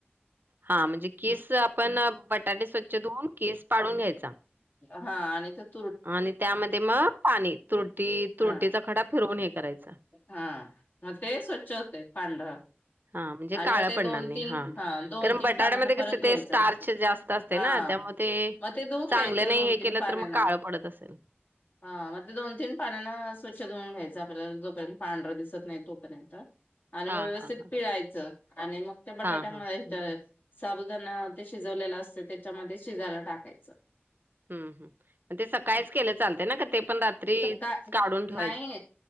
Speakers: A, on the right; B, on the left.
A: हा म्हणजे कीस आपण, बटाटे स्वच्छ धुऊन कीस पाडून घ्यायचा.
B: हा आणि त्यात
A: आणि त्यामध्ये म पाणी, त्रुटी,
B: हा
A: त्रुटीचा खडा फिरवून हे करायचा.
B: हा, म ते स्वच्छ होते पांढरं
A: हा, म्हणजे
B: आणि
A: काळ
B: मग ते
A: पडणार
B: दोन
A: नाही
B: तीन
A: हा,
B: दोन
A: कारण
B: तीन
A: बटाट्यामध्ये
B: पाण्यान परत
A: कस
B: धुवायचं
A: ते स्टार्च जास्त असतय
B: हा
A: ना त्यामुळे ते ते
B: मग धुवून
A: चांगलं
B: घ्यायचं
A: नाही
B: दोन
A: हे
B: तीन
A: केलं
B: पाण्यान
A: तर, मग काळ पडत असेल
B: हा, मग ते दोन तीन पाण्यांन स्वच्छ धुऊन घ्यायचं, आपल्याला जोपर्यंत पांढरं दिसत नाही तोपर्यंत आणि
A: हां,
B: मग व्यवस्थित
A: हां, हां.
B: पिळायचं, आणि मग त्या बटाट्या
A: हां,
B: मं
A: हां.
B: तय साबुदाणा ते शिजवलेलं असत त्येच्यामध्ये शिजायला टाकायचं
A: <unintelligible> हम्, हम ते सकाळीच केलं चालत ना, ते रात्री
B: सकाळ
A: काढून ठेवायचं?
B: नाही